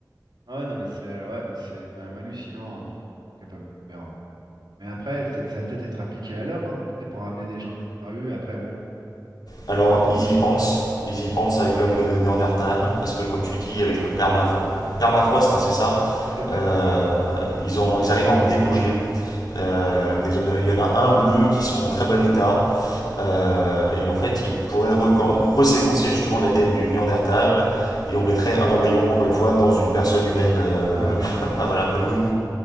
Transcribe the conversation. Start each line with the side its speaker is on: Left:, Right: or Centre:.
Right: Ah ouais, non, mais c'est ouais, c'est quand même hallucinant hein, ce qu'ils sont capables de faire. hein. Mais après, ça, ça va peut-être être appliqué à l'homme, hein, tu sais, pour ramener des gens disparus. Après, bon,
Left: Alors
Right: je sais pas. hein.
Left: ils y pensent, ils y pensent avec l'homme de Néandertal, parce que comme tu dis, avec le permaf- permafrost, hein, c'est ça,
Right: Tout à fait.
Left: euh, ils, ont, ils arrivent à en décongeler Euh, des hommes il y en a un ou deux qui sont en très bon état euh, et en fait ils pourraient recan- reséquencer justement l'ADN du Néandertal et on mettrait un embryon encore une fois dans une personne humaine euh,
Right: Ah ouais, mais non,
Left: <laughs>
Right: ça
Left: ah,
Right: c'est
Left: voilà,
Right: trop.
Left: comme nous